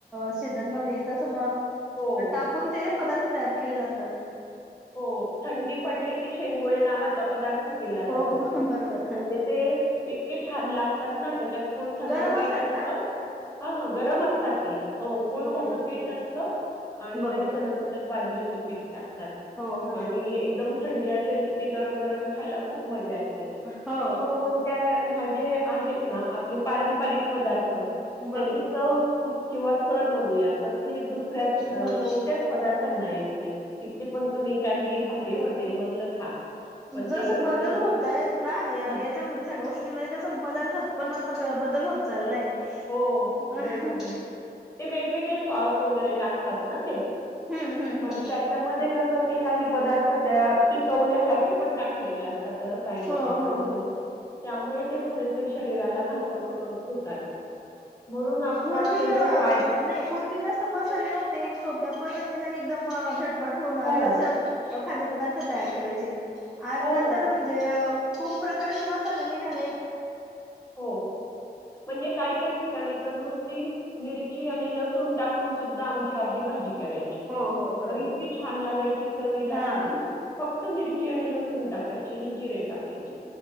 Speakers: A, in the centre; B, on the left.
A: सीझन मध्ये तस म
B: हो,
A: टाकूनते पदार्थ तयार केले जातात.
B: हो थंडी पडली की शेंगोळे नावाचा पदार्थ केला जातो.
A: हो बरोबर
B: म्हणजे ते इतके छान लागतात ना त्याच्यात कुळथाचं
A: गरम
B: पीठ
A: असतात
B: असत.
A: ना
B: हा गरम असतात ते, हो कुळथाच
A: हो
B: पीठ
A: हो
B: असत. आणि
A: बरोबर
B: काही जण त्याच्यात बाजरीचं पीठ टाकतात.
A: हो हो
B: आणि एकदम थंडी असेल की ते गरम गरम खायला खूप मजा येते.
A: हो
B: ती मग कोण त्या ह्या ज्या आहेत ना, आपले पारंपारिक पदार्थ
A: बरोबर
B: त्याची चव किंवा सर म्हणूया तस दुसऱ्यात
A: बरोबर
B: अ कोणत्याच पदार्थांना येत नाही. ते पण तुम्ही काही भारी हॉटेल मधलं खा. पण
A: जस
B: ते घरचे
A: बदल
B: जे
A: होत य ना याच
B: हां.
A: च्यामध्ये सगळ्या गोष्टींमध्ये पदार्थात पण आता बदल होत चाललाय.
B: हो
A: हम्म
B: बरोबर ना ते वेगवेगळे सॉस वगैरे टाक तात ना ते
A: हम्म
B: पण
A: हम्म
B: त्याच्यामध्ये कस क काही पदार्थ त्या टिकवण्यासाठी पण टाकलेले आहेत. अस रसायन
A: हो
B: त्याच्यामध्ये
A: हो हो
B: त्यामुळे ते थोडेसे शरीराला घातक अ होतात. म्हणून आपल्याकडे
A: पूर्वी
B: आज
A: नाही. पूर्वी जास्त मसाले नव्हते सोप्या पद्धतीत आणि एकदम झटपट होणार
B: हो,
A: आहे असं अ खाद्य पदार्थ तयार करायचे आता
B: हो,
A: तर म्हणजे खूप प्रकारचे मसाले निघाले.
B: हो म्हणजे काही काही ठिकाणी तर नुसति मिरची आणि लसण टाकून. सुद्धा आमची आजी भाजी करायची.
A: हो हो बरोबर
B: इतकी छान लागायची चवीला
A: हा
B: ना ती, फक्त मिरची आणि लसूण टाकायची आणि जिरे टाकायची